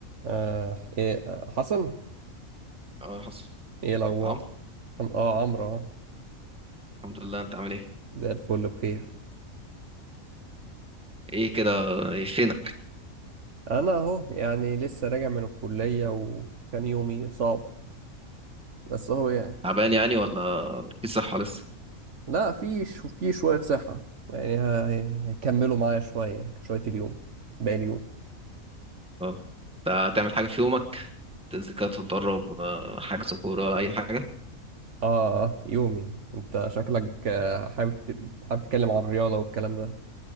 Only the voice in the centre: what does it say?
اه حصل
طعم
الحمد لله انت عامل ايه
ايه كده ايه فينك
تعبان يعني ولا في صحة لسه
اه انت هتعمل حاجة في يومك تنزل كده تتدرب آه، حجز كورة اي حاجة